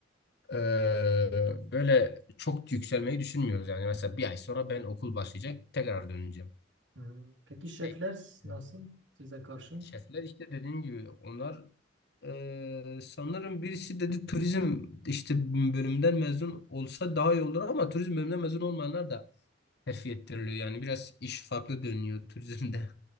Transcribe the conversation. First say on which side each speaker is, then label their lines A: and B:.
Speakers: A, on the left (about 60°); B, on the right (about 80°).
A: eee, böyle çok yükselmeyi düşünmüyoruz. Yani mesela bir ay sonra ben okul başlayacak tekrar döneceğim.
B: hı. Peki
A: Şey,
B: şefler nasıl
A: e,
B: size karşı?
A: şefler işte dediğim gibi onlar eee, sanırım birisi dedi turizm işte bölümden mezun olsa daha iyi olur ama turizm bölümünden mezun olmayanlar da terfi ettiriliyor. Yani biraz iş farklı dönüyor turizmde.